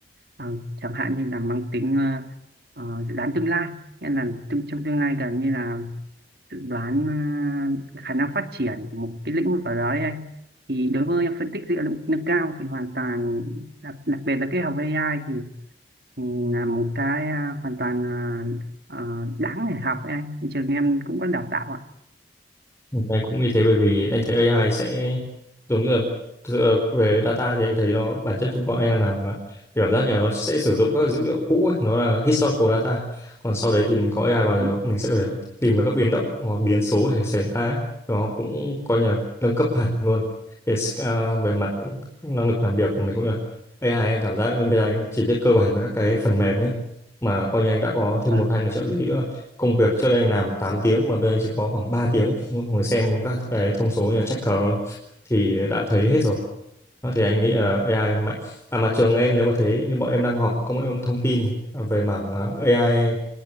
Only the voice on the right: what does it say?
ờ, chẳng hạn như là mang tính ờ, ờ, dự đoán tương lai nghĩa là tương, trong tương lai gần như là dự đoán ờ, khả năng phát triển của một cái lĩnh vực ở đó đấy anh thì đối với phân tích dữ liệu nâng nâng cao thì hoàn toàn đặc, đặc biệt là cái học với AI thì, thì là một cái à, hoàn toàn à, à, đáng để học ấy anh trường em cũng có đào tạo ạ
đúng
Vâng.